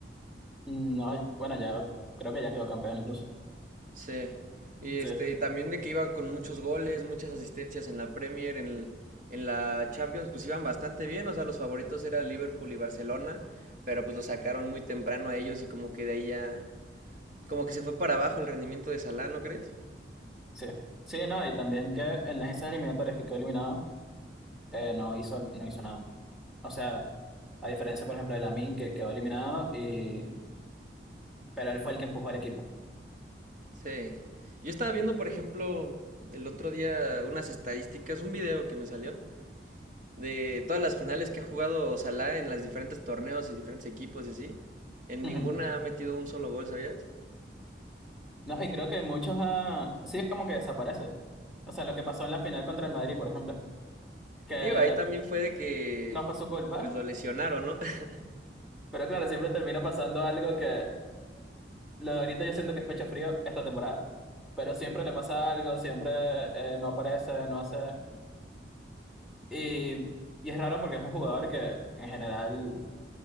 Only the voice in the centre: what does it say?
No, bueno, ya creo que ya quedó campeón incluso.
Sí,
sí. Sí, no, y también que en las esas eliminatorias que quedó eliminado, eh, no hizo, no hizo nada. O sea, a diferencia, por ejemplo, de Lamine, que quedó eliminado, y, pero él fue el que empujó al equipo.
Ujú.
No, y creo que muchos, ah, sí, es como que desaparece. O sea, lo que pasó en la final contra el Madrid, por ejemplo, que
no fue su culpa,
Pero claro, siempre termina pasando algo que lo de ahorita yo siento que es pecho frío esta temporada. Pero siempre le pasa algo, siempre eh, no aparece, no hace. Y, y es raro porque es un jugador que en general